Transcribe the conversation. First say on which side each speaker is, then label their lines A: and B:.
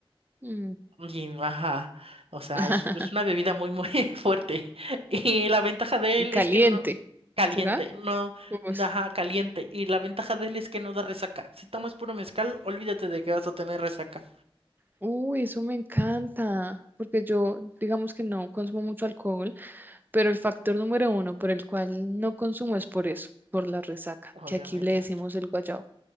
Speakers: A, on the right; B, on the right.
A: Mm.
B: Y, ajá, o sea,
A: <laughs>
B: es, es una bebida muy, muy <laughs> fuerte. Y la ventaja de
A: Y
B: él
A: caliente,
B: es que no, caliente,
A: ¿será?
B: no,
A: Pues,
B: ajá, caliente. Y la ventaja de él es que no da resaca. Si tomas puro mezcal, olvídate de que vas a tener resaca.
A: uy, eso me encanta, porque yo, digamos que no consumo mucho alcohol, pero el factor número uno por el cual no consumo es por eso, por la resaca,
B: Obviamente.
A: que aquí le decimos el guayabo.